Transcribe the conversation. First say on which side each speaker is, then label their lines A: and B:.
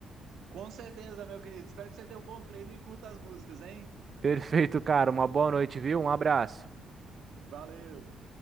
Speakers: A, on the right; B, on the right.
A: Com certeza, meu querido. Espero que você tenha um bom treino e curta as músicas, hein?
B: Perfeito, cara. Uma boa noite, viu? Um abraço.
A: Valeu!